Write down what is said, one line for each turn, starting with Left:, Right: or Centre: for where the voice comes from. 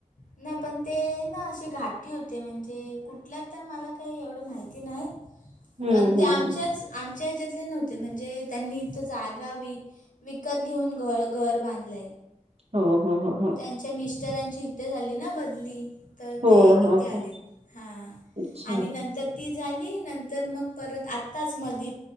Left: नाही पण ते ना अशी घाटी होते म्हणजे कुठल्या तर मला काही एवढं माहिती नाही.
Right: <inaudible>
Left: पण ते
Right: हम्म
Left: आमच्याच आमच्या ह्याच्यातले नव्हते म्हणजे त्यांनी इथं जागा विकत घेऊन घर घर बांधलंय.
Right: हो हो हो हो.
Left: त्यांच्या मीस्टरांची इथे झाली ना बदली. तर
Right: हो
Left: ते इथे
Right: हो
Left: आलेत
Right: हो
Left: हां
Right: अच्छा
Left: आणि नंतर ती झाली नंतर मग परत आत्ताच मधित